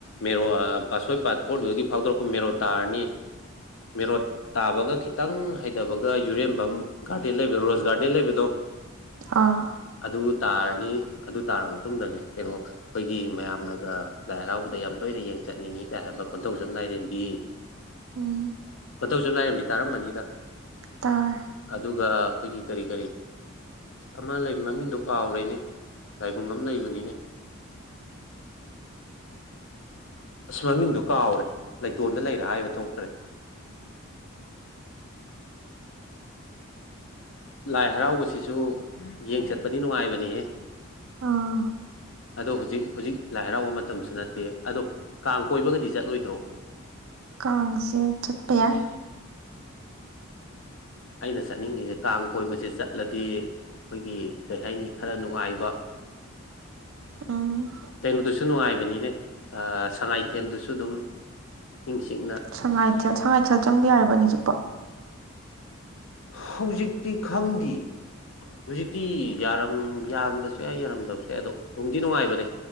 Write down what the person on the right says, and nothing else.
ꯑꯥ
ꯎꯝ
ꯇꯥꯔꯦ
ꯑꯥ
ꯀꯥꯡꯁꯦ ꯆꯠꯄ ꯌꯥꯏ
ꯎꯝ
ꯁꯉꯥꯏꯊꯦꯜ ꯁꯉꯥꯏꯊꯦꯜ ꯆꯪꯕ ꯌꯥꯔꯤꯕꯅꯦ ꯍꯧꯖꯤꯛꯄꯣ